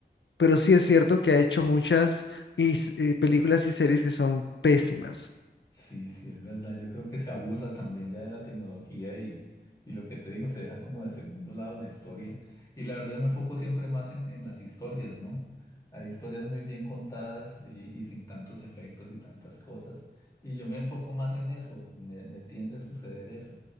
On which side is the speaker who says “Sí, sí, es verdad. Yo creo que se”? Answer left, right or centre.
Left